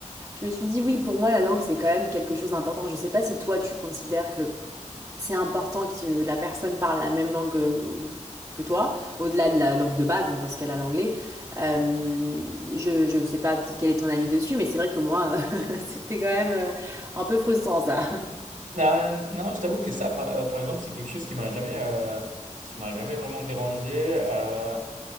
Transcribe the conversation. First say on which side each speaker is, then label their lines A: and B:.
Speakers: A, on the right; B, on the right.
A: Je me suis dit oui, pour moi la langue c'est quand même quelque chose d'important. Je sais pas si toi tu considères que c'est important que la personne parle la même langue euh, que toi, au-delà de la langue de base, donc dans ce cas-là l'anglais. Euh, je je sais pas quel est ton avis dessus, mais c'est vrai que moi, <laughs> c'était quand même euh, un peu frustrant ça.
B: Ah, non, je t'avoue que ça, par, euh, par exemple, c'est quelque chose qui m'a jamais, euh, qui m'a jamais vraiment dérangé. Euh,